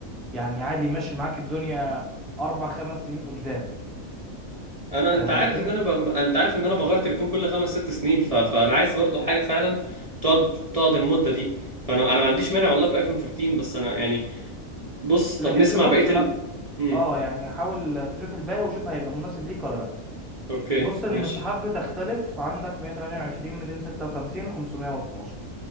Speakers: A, in the centre; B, on the right.
A: يعني عادي يمشي معاك الدنيا اربع خمس سنين قدام
B: انا انت
A: فاهم
B: عارف
A: قصدي
B: ان انا ب... انت عارف ان انا بغير تليفون كل خمس ست سنين ف... فانا عايز برضو حاجة فعلا تقعد تقعد المدة دي فانا انا ما عنديش مانع والله في ايفون 14 بس انا يعني بص
A: لكن
B: طب نسمع
A: لا، بص
B: بقية
A: لا
B: ال مم.
A: اه يعني حاول تشوف الباقي وشوف هيبقى مناسب ليك ولا لا
B: اوكي
A: بص المساحات
B: ماشي
A: بتختلف عندك 128 256 و512